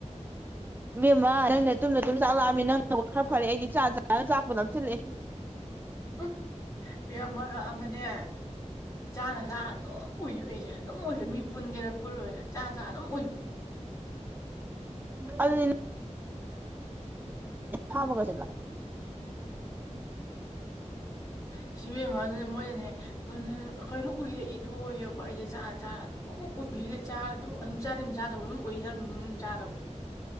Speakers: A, on the right; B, on the left.
A: ꯃꯤꯃ ꯅꯪ ꯑꯗꯨꯨꯝꯅ ꯑꯗꯨꯨꯝ ꯆꯥꯛ ꯂꯥꯛꯑꯃꯤ ꯅꯪ ꯈꯔ ꯐꯔꯦ ꯑꯩꯗꯤ ꯆ ꯆꯥꯒ ꯆꯥꯛꯄꯗ ꯆꯤꯜꯂꯦ
B: ꯎ ꯍ ꯃꯔꯔ ꯃꯅꯦ ꯆꯥꯅ ꯆꯥ ꯑꯗꯨꯝ ꯎꯏꯕ ꯑꯩꯁꯦ ꯑꯗꯨꯝ ꯎꯏꯕ ꯃꯤ ꯄꯨꯟꯒꯦꯔꯥ ꯄꯨꯜꯂꯣꯏꯔꯥ ꯆꯥ ꯆꯥ ꯑꯗꯨꯝ ꯎꯏꯕ
A: ꯑꯗꯨ ꯊꯕꯒ
B: ꯑ ꯁꯤꯕꯦꯝꯃ ꯑꯗꯨꯅ ꯃꯣꯏꯅꯅꯦ ꯑꯩꯈꯣꯏꯅ ꯎꯏꯔꯛꯏꯗꯣꯏꯌꯦꯕꯀꯣ ꯑꯩꯁꯦ ꯆꯥꯛꯔꯥꯟ ꯆꯥꯔꯗꯣ ꯑ ꯎꯈꯤꯂ ꯆꯥꯒꯗꯧꯕ ꯑꯗꯨꯝ ꯆꯥꯗꯤ ꯑꯗꯨꯝ ꯆꯥꯗꯕ ꯑꯗꯨꯝ ꯑꯣꯏ ꯑꯗꯨꯝ ꯆꯥꯗꯕ